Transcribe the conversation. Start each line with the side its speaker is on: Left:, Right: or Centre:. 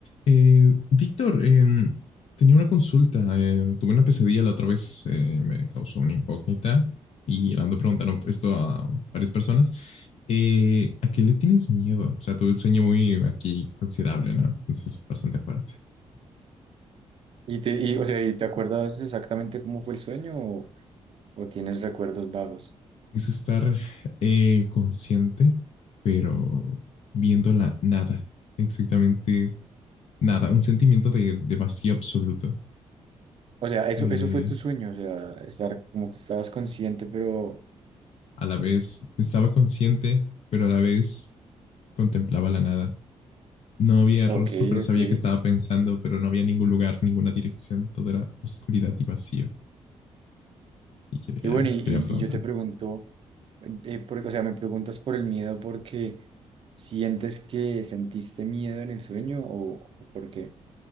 Left: Eh, Víctor, em, tenía una consulta. em, tuve una pesadilla la otra vez, eh, me causó una incógnita y ando preguntaron esto a varias personas. Eh, ¿a qué le tienes miedo? O sea, tuve un sueño muy aquí considerable, ¿no? Entonces, bastante fuerte.
Right: ¿Y te, y, o sea, ¿y te acuerdas exactamente cómo fue el sueño o, o tienes recuerdos vagos?
Left: Es estar eh, consciente, pero viendo la nada, exactamente nada, un sentimiento de, de vacío absoluto.
Right: O sea, eso,
Left: Eh,
Right: eso fue tu sueño, o sea, estar como que estabas consciente, pero
Left: a la vez estaba consciente, pero a la vez Contemplaba la nada. No había
Right: ok,
Left: rostro, pero sabía
Right: ok.
Left: que estaba pensando, pero no había ningún lugar, ninguna dirección. Todo era oscuridad y vacío. Y quería,
Right: Y bueno, y, y-
Left: quería preguntar.
Right: y yo te pregunto, eh, por- o sea, me preguntas por el miedo porque sientes que sentiste miedo en el sueño o, o por qué.